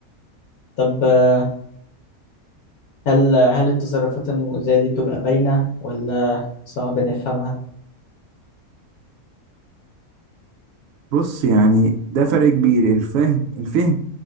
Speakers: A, on the left; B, on the right.
A: طب آه، هل هل التصرفات المؤذية دي بتبقى باينة ولا صعب نفهمها؟
B: بص يعني ده فرق كبير الفهم الفهم